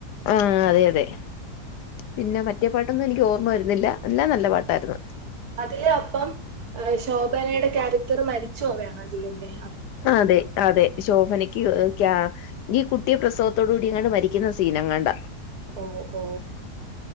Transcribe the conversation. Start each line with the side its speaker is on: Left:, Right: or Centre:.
Left: ആഹ് അതെ അതെ പിന്നെ മറ്റെ പാട്ട് ഒന്നും എനിക്ക് ഓർമ്മ വരുന്നില്ല എല്ലാം നല്ല പാട്ടായിരുന്നു
Right: അതില് അപ്പം ആഹ് ശോഭനയുടെ ക്യാരക്ടർ മരിച്ച് പോവയാണോ ചെയ്യുന്നേ
Left: അതെ അതെ ശോഭനയ്ക്ക് ഏഹ് ക്കാ ഈ കുട്ടിയെ പ്രസവത്തോടു കൂടി എങ്ങാണ്ട് മരിക്കുന്ന സീൻ എങ്ങാണ്ടാ
Right: ഓ ഓ